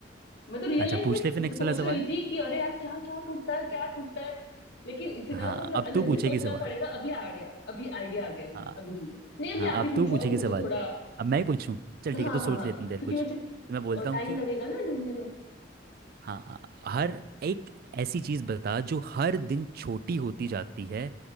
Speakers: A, on the left; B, on the right.
A: मैं तो रियल
B: अच्छा
A: लाइफ
B: पूछ
A: में सो-
B: ले फिर नेक्स्ट
A: सोच
B: वाला
A: रही
B: सवाल
A: थी कि अरे यार क्या क्या टूटता है क्या टूटता है लेकिन इतना
B: हाँ
A: मतलब
B: अब
A: अलग
B: तू पूछेगी
A: भी सोचना
B: सवाल
A: पड़ेगा अभी आइडिया अभी आइडिया आ गया मुझे
B: हाँ
A: अभी ठीक है नहीं अभी
B: हाँ
A: आप
B: अब
A: ही पूछो
B: तू पूछेगी
A: मुझे
B: सवाल
A: थोड़ा
B: अब मैं ही पूछूं चल ठीक
A: हाँ
B: है तू सोच
A: हाँ हाँ
B: लेते
A: क्योंकि
B: देर कुछ
A: मुझे
B: तो मैं बोलता हूँ
A: टाइम
B: कि
A: लगेगा ना ढूंढने में
B: हाँ हर
A: हाँ
B: एक ऐसी चीज़ बता जो हर दिन छोटी होती जाती है